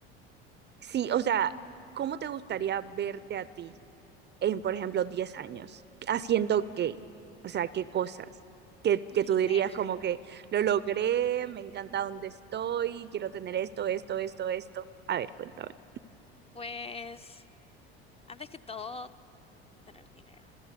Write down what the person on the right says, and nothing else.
sí, o sea, ¿cómo te gustaría verte a ti en, por ejemplo, 10 años? ¿Haciendo qué? O sea, ¿qué cosas? Que,
que tú
dirías como que lo logré, me encanta donde estoy, quiero tener esto, esto, esto, esto. A ver, cuéntame.